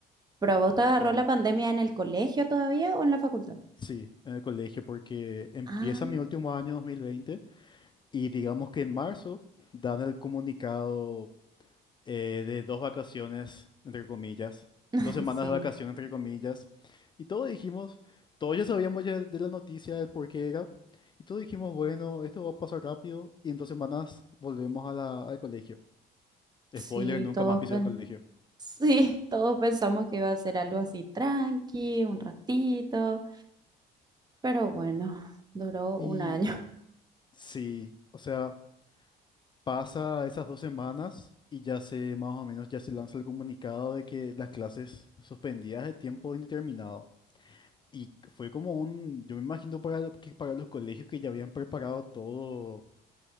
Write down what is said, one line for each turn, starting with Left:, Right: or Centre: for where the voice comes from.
Right: pero ¿vos te agarró
Left: ¿cómo?
Right: la pandemia en el colegio todavía o en la facultad?
Left: Sí, en el colegio, porque empieza
Right: Ah,
Left: mi último año 2020. Y digamos que en marzo dan el comunicado eh, de dos vacaciones, entre comillas,
Right: <laughs>
Left: dos semanas
Right: sí,
Left: de vacaciones, entre comillas. Y todos dijimos, todos ya sabíamos ya de la noticia, del por qué era. Y todos dijimos, bueno, esto va a pasar rápido y en dos semanas volvemos a la- al colegio.
Right: sí,
Left: Spoiler, nunca
Right: todos
Left: más pisé
Right: pen-
Left: el colegio.
Right: <laughs> sí, todos pensamos que iba a ser algo así tranqui, un ratito. Pero bueno, duró
Left: Y
Right: un año. <laughs>
Left: sí, o sea, pasa esas dos semanas y ya se, más o menos, ya se lanza el comunicado de que las clases suspendidas de tiempo indeterminado. Y fue como un, yo me imagino para, lo- que para los colegios que ya habían preparado todo,